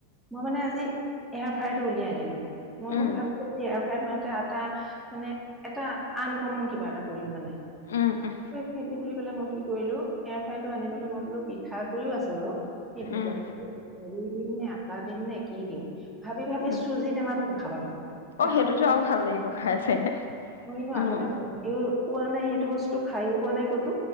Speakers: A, in the centre; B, on the left (about 65°).
A: মই মানে আজি এয়াৰ ফাইটো উলিয়াই আনিলো মই
B: উম
A: বোলো ভাবিছো যে এয়াৰ ফাই মই এটা মানে এটা। আনকমন কিবা এটা কৰিম মানে।
B: উম উম
A: খেদি বুলি পেলাই মই কি কৰিলো এয়াই ফ্ৰাইটো আনি পেলাই মই বোলো পিঠা গুড়ি ও আছে বাৰু। এই ভজা
B: উম
A: পিঠাটো হেৰি দিম নে আটা দিম নে কি দিম? ভাবি ভাবি
B: উম
A: চুজি টেমা তো দেখা পালো।
B: অ
A: দেখা
B: সেইটোতো
A: পাব
B: আৰু ভাল লাগিব খাই চাগে
A: মই কিন্তু
B: উম
A: আগতে বনাও। পোৱা নাই সেইটো বস্তু খাই ও পোৱা নাই ক'তো